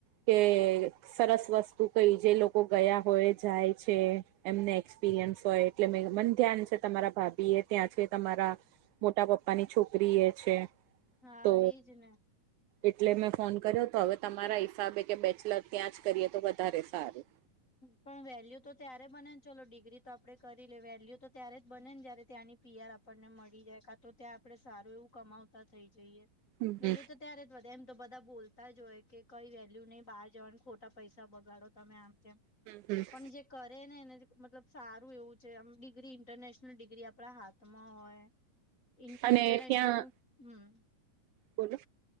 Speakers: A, on the right; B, on the left.
A: કે સરસ વસ્તુ કઈ જે લોકો ગયા હોય જાય છે. એમને એક્સપિરિયન્સ હોય એટલે મે મને ધ્યાન છે તમારા ભાભી એ ત્યાં છે તમારા. મોટા પપ્પા ની છોકરી એ છે.
B: હા
A: તો
B: એજ ને
A: એટલે મેં ફોન કર્યો તો હવે તમારા હિસાબે કે બેચલર ત્યાં જ કરીએ તો વધારે સારું
B: પણ વેલ્યુ તો ત્યારે બને ને ચલો ડિગ્રી તો આપડણે કરી લે વેલ્યુ તો ત્યારે જ બને ને જય્યારે ત્યાંની. પીયર આપણને મળી જાય કા તો ત્યાં આપડે સારું એવું કમાવતા થઈ જઈએ.
A: હમ
B: વેલ્યુ તો ત્યારે જ વધે એમ તો બધા બોલતા હોય કે કઈ વેલ્યુ નહી બહાર જવાનું ખોટા. પૈસા બગાડો તમે આમ તેમ.
A: હમ્મ
B: પણ જે કરે ને એને મતલબ સારું એવું છે આમ ડિગ્રી ઇન્ટરનેશનલ ડિગ્રી આપણા હાથ. હાથમા હોય ઇન્ટરનેશનલ
A: અને ત્યાં
B: નું હમ્મ
A: બોલો.